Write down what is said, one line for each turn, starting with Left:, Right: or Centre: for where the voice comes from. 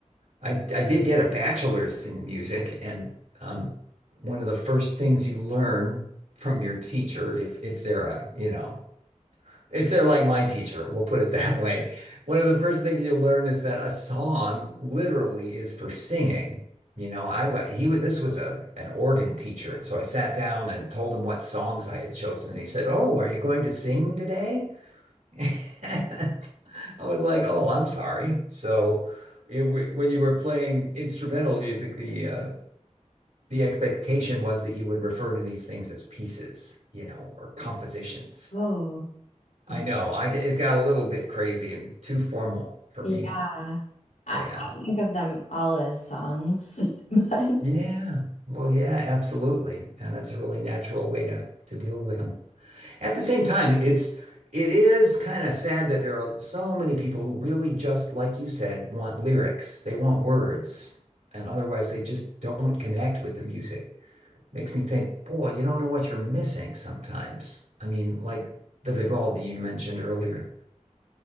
Right: I, I did get a bachelor's in music, and um, one of the first things you learn from your teacher, if if they're a, you know, if they're like my teacher, we'll put it <laughs> that way. One of the first things you learn is that a song literally is for singing. You know, I he was this was a an organ teacher, and so I sat down and told him what songs I had chosen, and he said, "Oh, are you going to sing today?" <laughs> And I was like, oh, I'm sorry. So it, w- when you were playing instrumental music, the uh, the expectation was that you would refer to these things as pieces, you know, or compositions.
Left: Oh,
Right: I
Left: okay.
Right: know, I g- it got a little bit crazy and too formal for
Left: Yeah.
Right: me.
Left: I,
Right: Yeah.
Left: I think of them all as songs, <laughs> but
Right: Yeah. Well, yeah, absolutely. And that's a really natural way to to deal with them. At the same time, it's it is kind of sad that there are so many people who really just, like you said, want lyrics. They want words, and otherwise they just don't connect with the music. Makes me think, boy, you don't know what you're missing sometimes. I mean, like the Vivaldi you mentioned earlier.